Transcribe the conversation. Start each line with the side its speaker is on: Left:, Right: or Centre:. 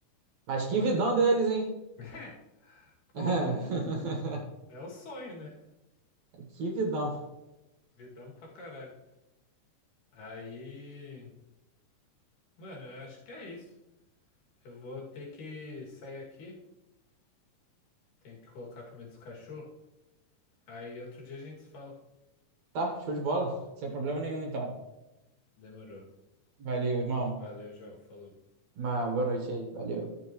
Right: Mas que
Left: Mas,
Right: vidão deles, hein?
Left: <laughs>
Right: <laughs>
Left: porra, é o sonho, né?
Right: Que vidão.
Left: Vidão pra caralho. Aí, mano, eu acho que é isso. Eu vou ter que sair aqui, tenho que colocar a comida dos cachorros. Aí outro dia a gente se fala.
Right: Tá, show de bola. Sem problema nenhum, então.
Left: Demorou.
Right: Valeu, irmão.
Left: Valeu, João. Falou.
Right: Uma boa noite aí. Valeu.